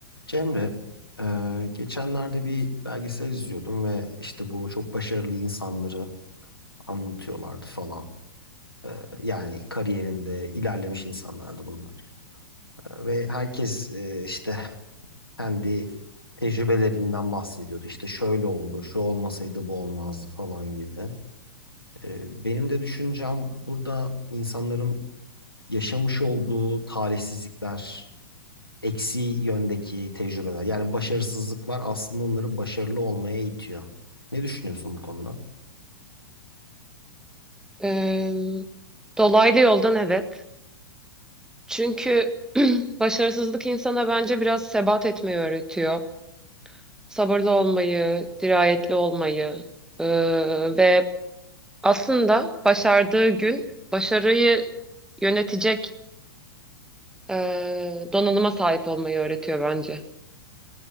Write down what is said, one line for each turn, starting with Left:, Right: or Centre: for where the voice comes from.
Left: Cemre, e, geçenlerde bir belgesel izliyordum ve işte bu çok başarılı insanları anlatıyorlardı falan. E, yani kariyerinde ilerlemiş insanlardı bunlar. E, ve herkes e, işte kendi tecrübelerinden bahsediyordu. İşte şöyle oldu, şu olmasaydı bu olmazdı falan gibi. E, benim de düşüncem burada insanların yaşamış olduğu talihsizlikler eksi yöndeki tecrübeler. Yani başarısızlıklar aslında onları başarılı olmaya itiyor. Ne düşünüyorsun bu konuda?
Centre: Ee, dolaylı yoldan evet. Çünkü <clears throat> başarısızlık insana bence biraz sebat etmeyi öğretiyor. Sabırlı olmayı, dirayetli olmayı ee, ve aslında başardığı gün başarıyı yönetecek ee, donanıma sahip olmayı öğretiyor bence.